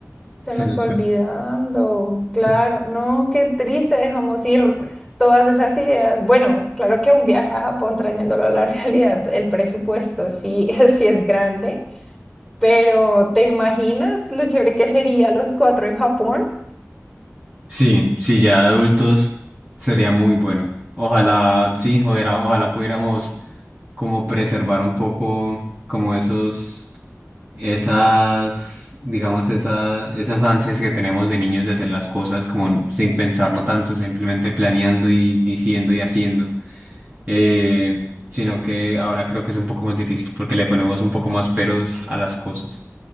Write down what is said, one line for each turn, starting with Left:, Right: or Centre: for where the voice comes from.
Centre: Se
Right: se
Centre: nos
Right: nos
Centre: fue
Right: fue.
Centre: olvidando, claro,
Right: sí.
Centre: no, qué triste, dejamos ir todas esas ideas. Bueno, claro que un viaje a Japón trayéndolo a la <laughs> realidad, el presupuesto sí, <laughs> sí es grande, pero ¿te imaginas lo chévere que sería los cuatro en Japón?
Right: Sí, sí, ya de adultos sería muy bueno. Ojalá, sí, ojalá, ojalá pudiéramos como preservar un poco como esos, esas, digamos, esa, esas ansias que tenemos de niños de hacer las cosas como sin pensarlo tanto, simplemente planeando y diciendo y haciendo. Eh, sino que ahora creo que es un poco más difícil porque le ponemos un poco más peros a las cosas,